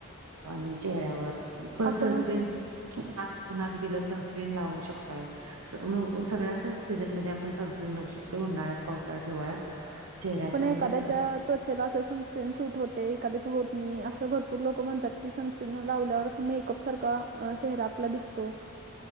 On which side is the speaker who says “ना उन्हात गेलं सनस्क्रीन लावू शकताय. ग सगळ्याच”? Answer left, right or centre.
Right